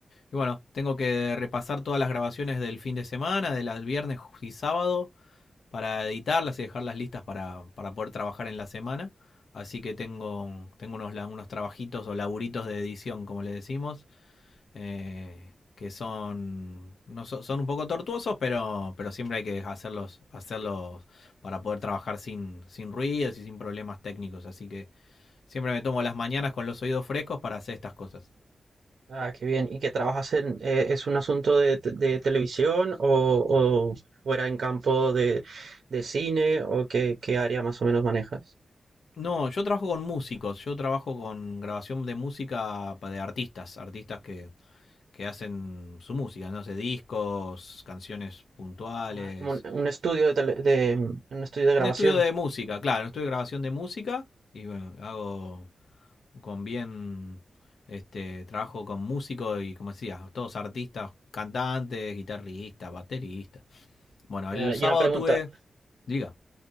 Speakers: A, on the left; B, on the right.
A: Y bueno, tengo que repasar todas las grabaciones del fin de semana, del, del viernes y sábado para editarlas y dejarlas listas para, para poder trabajar en la semana. Así que tengo, tengo unos, unos trabajitos o laburitos de edición, como le decimos, eh, que son, no, so- son un poco tortuosos, pero, pero siempre hay que hacerlos, hacerlos para poder trabajar sin, sin ruidos y sin problemas técnicos. Así que siempre me tomo las mañanas con los oídos frescos para hacer estas cosas.
B: Ah, qué bien. ¿Y qué trabajas en, eh, es un asunto de, te- de televisión o, o, o era en campo de, de cine o qué, qué área más o menos manejas?
A: No, yo trabajo con músicos, yo trabajo con grabación de música de artistas, artistas que, que hacen su música, no sé, discos, canciones puntuales.
B: Ah, como un, un estudio de, tele- de, mm, un estudio de grabación.
A: Un estudio de música, claro, un estudio de grabación de música. Y bueno, hago con bien, este, trabajo con músicos y como decía, todos artistas, cantantes, guitarristas, bateristas. Bueno,
B: Eh,
A: el sábado
B: y una pregunta,
A: tuve, diga,